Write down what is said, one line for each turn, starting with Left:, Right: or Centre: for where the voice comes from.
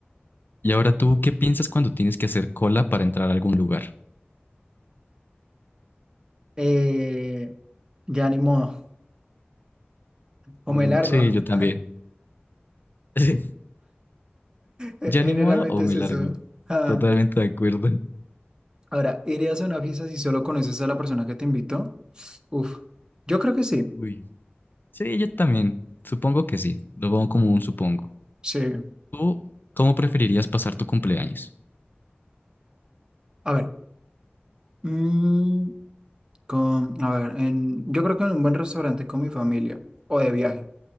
Left: ¿y ahora tú qué piensas cuando tienes que hacer cola para entrar a algún lugar?
Right: eh, ya ni modo. O
Left: Mm,
Right: me largo.
Left: sí, yo también.
Right: <laughs>
Left: <laughs>
Right: Eh,
Left: ¿Ya
Right: Generalmente
Left: ni modo o me
Right: es eso.
Left: largo?
Right: Ah.
Left: Totalmente de acuerdo.
Right: Ahora, ¿irías a una fiesta si solo conoces a la persona que te invitó? Uf, yo creo que sí.
Left: Uy. Sí, yo también. Supongo que sí. Lo pongo como un supongo.
Right: Sí.
Left: ¿Tú cómo preferirías pasar tu cumpleaños?
Right: A ver. mm, con, a ver, en, yo creo que en un buen restaurante con mi familia o de viaje